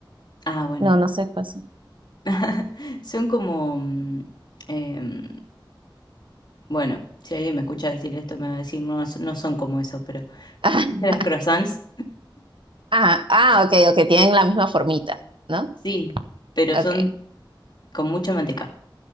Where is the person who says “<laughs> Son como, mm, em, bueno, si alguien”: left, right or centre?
Left